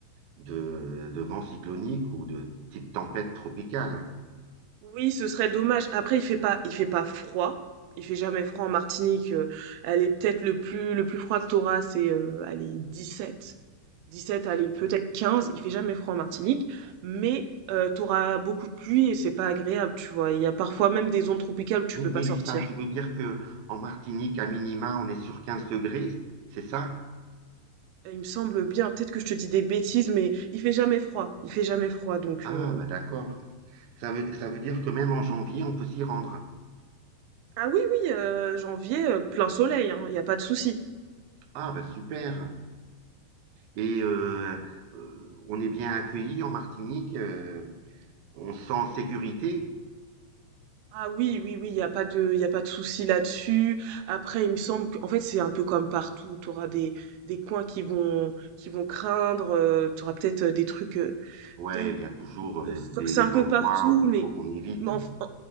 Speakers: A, on the right (about 70°); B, on the right (about 85°).
A: de, de vent cyclonique ou de type tempête tropicale.
B: Oui, ce serait dommage. Après, il fait pas, il fait pas froid. Il fait jamais froid en Martinique. Euh, elle est peut-être le plus, le plus froid que t'auras, c'est, euh, allez, dix-sept, dix-sept, allez, peut-être 15. Il fait jamais froid en Martinique. Mais, euh, t'auras beaucoup de pluie et c'est pas agréable, tu vois. Il y a parfois même des zones tropicales où tu
A: Mais
B: peux
A: Mélissa,
B: pas sortir.
A: tu veux dire que en Martinique, à minima, on est sur 15 degrés, c'est ça?
B: Et il me semble bien, peut-être que je te dis des bêtises, mais il fait jamais froid. Il fait jamais froid, donc,
A: Ah
B: euh,
A: bah d'accord. Ça veut, ça veut dire que même en janvier, on peut s'y rendre.
B: Ah oui, oui, euh, janvier, euh, plein soleil, hein. Il y a pas de souci.
A: Ah, bah super. Et euh, euh, on est bien accueilli en Martinique. euh, on se sent en sécurité.
B: Ah oui, oui, oui, il n'y a pas de, il a pas de souci là-dessus. Après, il me semble qu'en fait, c'est un peu comme partout. Tu auras des, des coins qui vont, qui vont craindre. tu auras peut-être euh, des trucs euh,
A: Ouais,
B: de, de-
A: il y a toujours euh,
B: enfin,
A: des,
B: c'est
A: des
B: un peu
A: endroits
B: partout,
A: où il
B: mais,
A: faut qu'on évite.
B: mais enf- en-